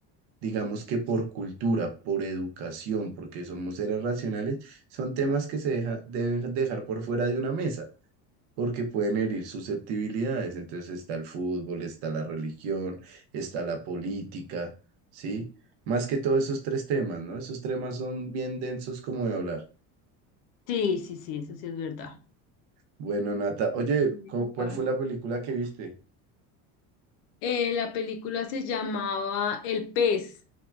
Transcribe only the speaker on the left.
Sí, sí, sí, eso sí es verdad.
Ujú,
Pablo.
Eh, la película se llamaba El Pez.